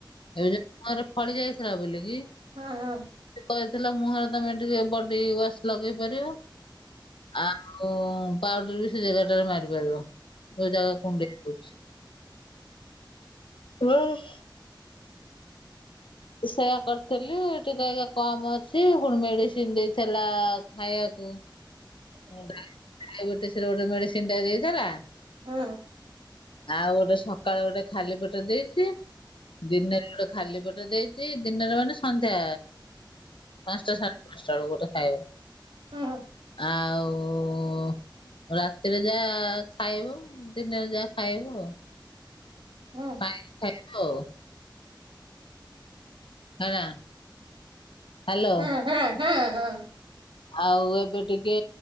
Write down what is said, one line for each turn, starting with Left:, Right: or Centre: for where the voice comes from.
Left: ଏବେ ତାର ଫଳି ଯାଇଥିଲା ବୋଲିକ କି।
Right: ହଁ ହଁ।
Left: ସେ କହିଥିଲା ମୁହଁରେ ତମେ ଟିକେ ବଡି ୱାଶ ଲଗେଇ ପାରିବ। ଆ ଓ ପାଉଡର ବି ସେ ଜାଗା ଟାରେ ମାରି ପାରିବ ଯୋଉ ଜାଗା କୁଣ୍ଡେଇ ହୋଉଚି। ୱ। ସେଇୟା କରିଥିଲି ଟିକେ ଇଏ କମ୍ ଅଛି ପୁଣି ମେଡ଼ିସିନ୍ ଦେଇଥିଲା ଖାଇବାକୁ। ଡାଇ ଆଉ ଗୋଟେ ସିଏ ଗୋଟେ ମେଡ଼ିସିନ୍ ଟାଏ ଦେଇଥିଲା।
Right: ହଁ।
Left: ଆଉ ଗୋଟେ ସକାଳେ ଗୋଟେ ଖାଲି ପେଟରେ ଦେଇଚି ଦିନେ ଗୋଟେ ଖାଲି ପଟେ ଦେଇଚି ଦିନରେ ମାନେ ସନ୍ଧ୍ୟା ପାଞ୍ଚଟା ସାଢେ ଉଚ୍ଛଵ ଗୋଟେ ଖାଇବ।
Right: ହୁଁ।
Left: ଆଉ ଓ ରାତିରେ ଯାହା ଖାଇବୁ ଦିନରେ ଯାହା ଖାଇବୁ ଆଉ।
Right: ହଁ।
Left: ପଣି ଖାଇବ। ହେଲା। ହ୍ୟାଲୋ
Right: ହେଁ ହେଁ ହେଁ ହଁ।
Left: ଆଉ ଏବେ ଟିକେ